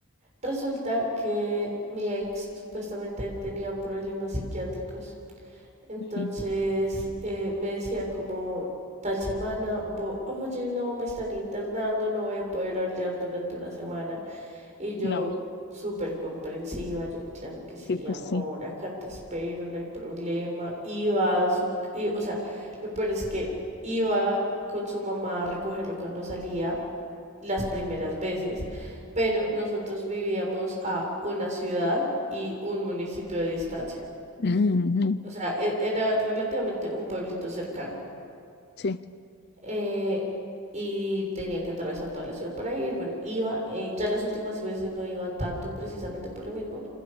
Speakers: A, on the right; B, on the left.
A: Resulta que mi ex supuestamente tenía problemas psiquiátricos. Entonces
B: Ujú.
A: eh, me decía como tal semana, oye, no, me están internando, no voy a poder hablar durante una semana. Y yo,
B: No,
A: súper comprensiva, yo, claro que sí,
B: sí, pues
A: amor,
B: sí.
A: acá te espero, no hay problema. Iba a su, y, o sea, lo peor es que iba con su mamá a recogerlo cuando salía las primeras veces, pero nosotros vivíamos a una ciudad y un municipio de distancia.
B: Ujú.
A: O sea, e- era relativamente un pueblito cercano.
B: Sí,
A: Eh, y tenía que atravesar toda la ciudad para ir. Bueno, iba, eh, ya las últimas veces no iba tanto precisamente por lo mismo,